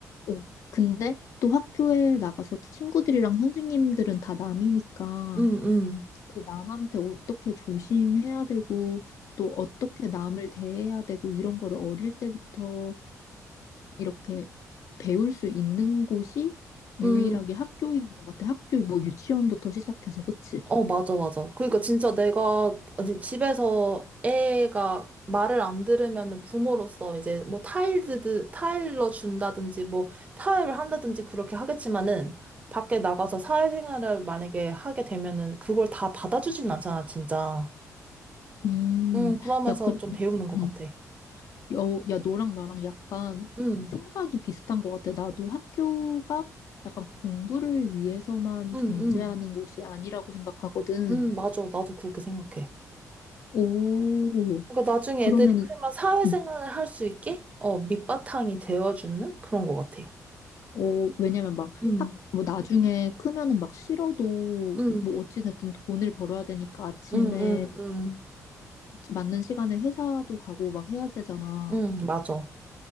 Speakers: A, on the left; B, on the right.
A: 어, 근데 또 학교에 나가서 친구들이랑 선생님들은 다 남이니까
B: 응, 응.
A: 그 남한테 어떻게 조심해야 되고 또 어떻게 남을 대해야 되고 이런 거를 어릴 때부터 이렇게 배울 수 있는 곳이 유일하게
B: 응.
A: 학교인 것 같아. 학교 뭐 유치원부터 시작해서 그치?
B: 어, 맞아, 맞아. 그러니까 진짜 내가 아니, 집에서 애가 말을 안 들으면은 부모로서 이제 뭐 타일드, 타일러 준다든지 뭐 타협을 한다든지 그렇게 하겠지만은 밖에 나가서 사회생활을 만약에 하게 되면은 그걸 다 받아주진 않잖아, 진짜.
A: 음,
B: 음, 그러면서
A: 야, 그,
B: 좀 배우는 것
A: 음.
B: 같아.
A: 야, 어, 야, 너랑 나랑 약간
B: 음,
A: 생각이 비슷한 것 같아. 나도 학교가 약간 공부를 위해서만
B: 음,
A: 존재하는
B: 음,
A: 곳이 아니라고 생각하거든.
B: 음, 맞아. 나도 그렇게 생각해.
A: 오,
B: 그러니까 나중에
A: 그러면은,
B: 애들이 크면 사회생활을
A: 응.
B: 할 수 있게 어, 밑바탕이 되어주는 그런 것 같아.
A: 어, 왜냐면 막
B: 음,
A: 학, 뭐 나중에 크면은 막 싫어도
B: 음.
A: 뭐 어찌됐든 돈을 벌어야 되니까 아침에
B: 응, 응, 응,
A: 맞는 시간에 회사도 가고 막 해야 되잖아.
B: 응, 맞아.